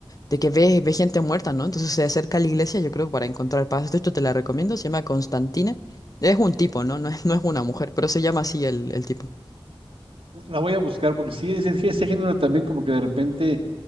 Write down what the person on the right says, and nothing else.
La voy a buscar porque sí, ese, ese género también como que de repente